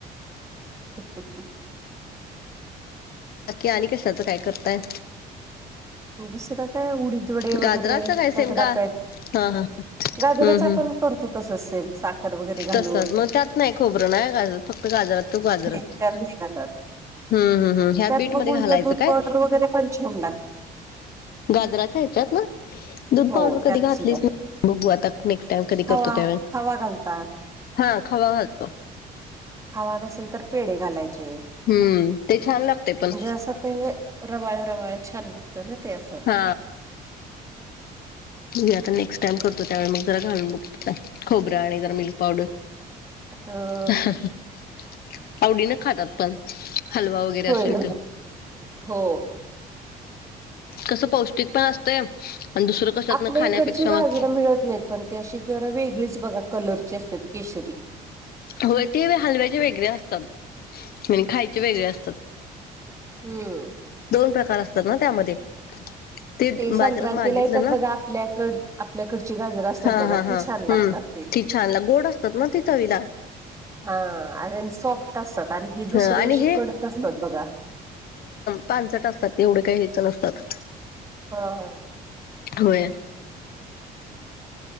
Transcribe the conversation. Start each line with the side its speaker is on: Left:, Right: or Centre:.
Right: अच
Left: बाकी आणि कशाचं काय करताय.
Right: दुसरं काय उडीद वडे
Left: गाजराच
Right: वगैरे
Left: काय सेम
Right: रगडापॅटी
Left: का हा हा हम्म
Right: गाजराच
Left: हम्म
Right: आपण करतो तस सेम साखर वगैरे
Left: तसच
Right: घालून.
Left: मग त्यात नाही खोबरं नाही गाजर फक्त गाजरात तू गाजरच.
Right: त्यात नाही घालत
Left: हम्म हम्म हम् ह्या
Right: त्यात
Left: बीट
Right: मग
Left: मध्ये घालायचं
Right: उलट दूध
Left: काय.
Right: पावडर वगैरे पण छान लागते
Left: गाजराच्या ह्याच्यात ना दूध
Right: हो
Left: पावडर कधी
Right: त्यात
Left: घातलीच
Right: सुद्धा
Left: नाही. बघू आता नेक्स्ट टाइम कधी
Right: खावा
Left: करतो त्यावैळी
Right: खावा घालतात
Left: हा खावा घालतो.
Right: खावा नसेल तर पेढ घालायचे
Left: हम्म ते छान लागते पण
Right: म्हणजे अस ते रवाळ रवाळ छान लागतं ना ते असं
Left: हा याता नेक्स्ट. करतो त्या मग जरा घालून बघतो खोबरा आणि जरा मिल्क पावडर.
Right: हम.
Left: <unintelligible> आवडीनं खातात पण हलवा वगैरे
Right: होय
Left: असेल
Right: ना
Left: तो
Right: हो.
Left: कस पौष्टिक पण असतय आणि दुसरं कशातन
Right: आपल्या
Left: खाण्यापेक्षा
Right: इकडची गाजरं
Left: मग
Right: मिळत नाहीत पण ते अशी जरा वेगळीच बघा कलरची असतात केशरी
Left: हो ते हलवायचे वेगळे असतात खायचे वेगळे असतात.
Right: हम्म.
Left: दोन प्रकार असतात ना त्यामध्ये. ते
Right: संक्रांतीला
Left: बाजारात मागितलं
Right: येतात
Left: ना
Right: बघा आपल्याकड आपल्याकडची गाजर असतात
Left: हा
Right: बघा
Left: हा
Right: ती
Left: हा
Right: छान लागतात
Left: हम्म.
Right: ते
Left: ति छान ला गोड असतात ना ति चवीला.
Right: हा सॉफ्ट असतात आणि ही दुसरी
Left: ह आणि
Right: अशी
Left: हे
Right: कडक असतात बघा.
Left: पानसट असतात तेवढं काही ह्यायच नसतात.
Right: हा हा.
Left: होय.